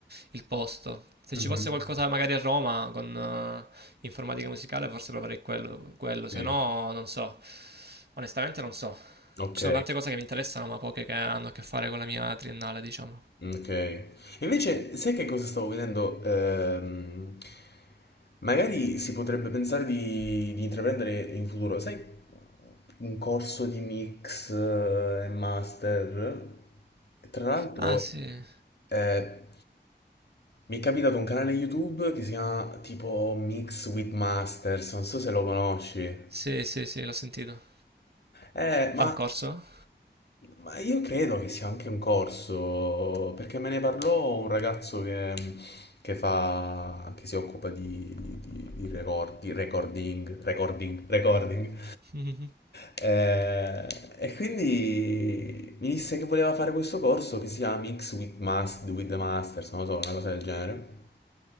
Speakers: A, on the right; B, on the left.
A: il posto. Se
B: Mhm.
A: ci fosse qualcosa magari a Roma con eh, informatica musicale, forse proverei quello, quello, se
B: Sì.
A: no non so. Onestamente non so.
B: Ok.
A: Ci sono tante cose che mi interessano, ma poche che hanno a che fare con la mia triennale, diciamo.
B: Okay. Invece sai che cosa stavo vedendo? Ehm, magari si potrebbe pensare di, di intraprendere in futuro, sai, un corso di mix eh, e master. Tra l'altro,
A: Ah, sì.
B: eh, mi è capitato un canale YouTube che si chiama tipo Mix with Masters, non so se lo conosci.
A: Sì, sì, sì, l'ho sentito.
B: Eh, ma
A: Fa un corso?
B: ma io credo che sia anche un corso, perché me ne parlò un ragazzo che, che fa, che si occupa di, di- di- di record- di recording, recording, recording.
A: <laughs> Mhm.
B: Eh, e quindi mi disse che voleva fare questo corso che si chiama Mix with Mas- with the Masters, non lo so, una cosa del genere.